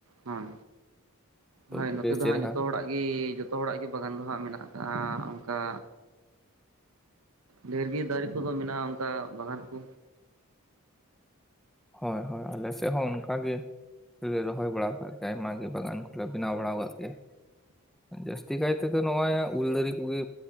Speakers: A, on the right; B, in the centre.
A: ᱦᱮᱸ
B: ᱛᱚ
A: ᱦᱳᱭ ᱱᱚᱛᱮ
B: ᱵᱮᱥ
A: ᱫᱚ
B: ᱪᱮᱨᱦᱟ
A: ᱦᱟᱸᱜ ᱡᱚᱛᱚ ᱦᱚᱲᱟᱜ ᱜᱮ ᱜᱤ ᱡᱚᱛᱚ ᱦᱚᱲᱟᱜ ᱜᱤ ᱵᱟᱜᱟᱱ ᱫᱚ ᱦᱟᱸᱜ ᱢᱮᱱᱟᱜ ᱠᱟᱜᱼᱟ ᱚᱱᱠᱟ ᱰᱷᱮᱨ ᱜᱤ ᱫᱟᱨᱮ ᱠᱚᱫᱚ ᱢᱮᱱᱟᱜᱼᱟ ᱚᱱᱠᱟ ᱵᱟᱜᱟᱱ ᱠᱚ
B: ᱦᱳᱭ ᱦᱳᱭ ᱟᱞᱮ ᱥᱮᱫ ᱦᱚᱸ ᱚᱱᱠᱟ ᱜᱮ ᱞᱮ ᱨᱚᱦᱚᱭ ᱵᱟᱲᱟᱣ ᱟᱠᱟᱫ ᱟᱭᱢ ᱜᱮ ᱵᱟᱜᱟᱱ ᱠᱚᱞᱮ ᱵᱮᱱᱟᱣ ᱵᱟᱲᱟᱣ ᱟᱠᱟᱫ ᱜᱮᱭᱟ ᱡᱟᱹᱥᱛᱤ ᱠᱟᱭ ᱛᱮᱫᱚ ᱱᱚᱜᱼᱚᱭ ᱩᱞ ᱫᱟᱨᱮ ᱠᱚᱜᱮ